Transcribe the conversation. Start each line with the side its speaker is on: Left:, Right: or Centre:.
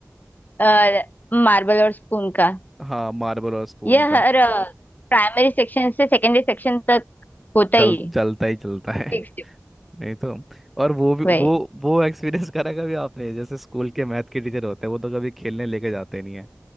Left: हाँ मार्बल और स्पून का
Centre: हाँ मार्बल और स्पून
Left: ये
Centre: का
Left: हर प्राइमरी सेक्शन से सेकेंडरी सेक्शन तक होता
Centre: चल
Left: ही है
Centre: चलता ही चलता है
Left: फिक्स्ड
Centre: <laughs> नहीं तो और वो भी वो
Left: वही
Centre: वो एक्सपीरियंस करा कभी आपने जैसे स्कूल के मैथ के टीचर होते हैं वो तो कभी खेलने लेके जाते नहीं है